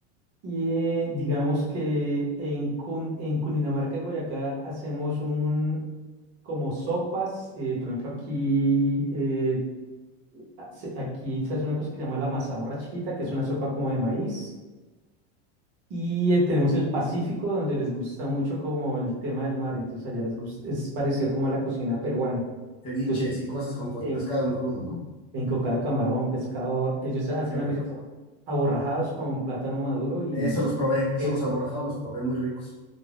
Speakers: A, on the right (about 35°); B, on the left (about 20°).
A: Y eh, digamos que en, Cun- en Cundinamarca y Boyacá hacemos un como sopas. eh, por ejemplo, aquí, eh, a- se- aquí se hace una cosa que se llama la mazamorra chiquita, que es una sopa como de maíz. Y eh, tenemos el Pacífico, donde les gusta mucho como el tema del mar. Entonces allá les gusta, es parecido como a la cocina peruana.
B: Ceviches
A: Entonces
B: y cosas con cos-
A: en,
B: pescado en crudo, ¿no?
A: en cocada, camarón, pescador, ellos hacen
B: Qué
A: una
B: rico.
A: cosa que se llama aborrajados con plátano maduro y
B: Eso los probé, eso
A: eso.
B: los aborrajados los probé muy ricos.